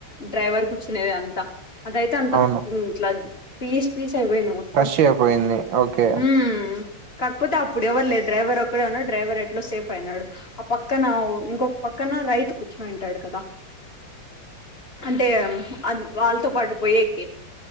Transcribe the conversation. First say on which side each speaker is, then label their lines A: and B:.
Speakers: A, on the left; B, on the right.
A: డ్రైవర్ కూర్చునేది అంతా అదయితే అంత
B: అవును
A: ఇట్లా పీస్ పీస్ అయిపోయింది మొత్తం
B: క్రష్ అయిపోయింది ఓకే
A: ఉమ్ కాకపోతే అప్పుడు ఎవరు లేరూ డైవర్ ఒక్కడేఉన్నాడు డైవర్ ఎట్లో సేఫ్ న్నాడు ఆ పక్కన ఇంకొక పక్కన రైతు కూర్చంటాడు కదా అంటే వాళ్ళతో పాటు పోయేకి